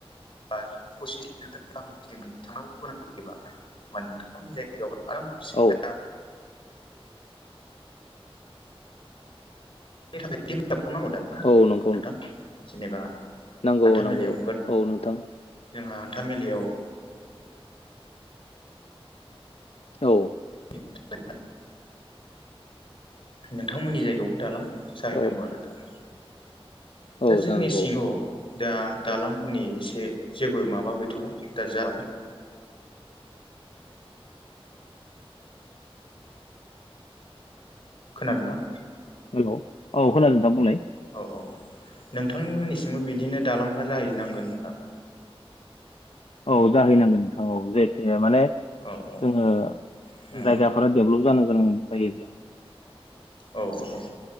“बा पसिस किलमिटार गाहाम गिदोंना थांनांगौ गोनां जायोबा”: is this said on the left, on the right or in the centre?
Left